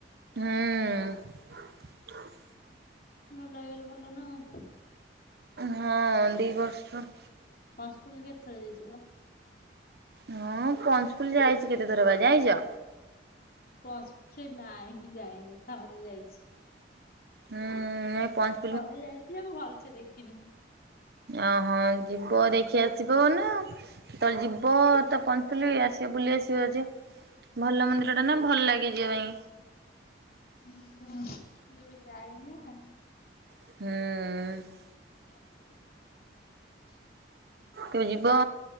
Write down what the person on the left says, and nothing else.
ଭଲହେଇଗଲେ ଭଲ ନା ଆଉ।
ପଞ୍ଚପଲିକେ ଥର ଯାଇଚି ପା।
ପହଞ୍ଚୁ ସେ ନାଇଁଁ ଯାଇନି ଥରେ ଯାଇଛି।
ଥରେ ଯାଇଛି ଆ ମୁ ଭଲସେ ଦେଖିନି।
<inaudible> ମୁଁ ଏବେ ଯାଇନି ନା।
ମୁଁ ଅଛନ୍ତି <inaudible>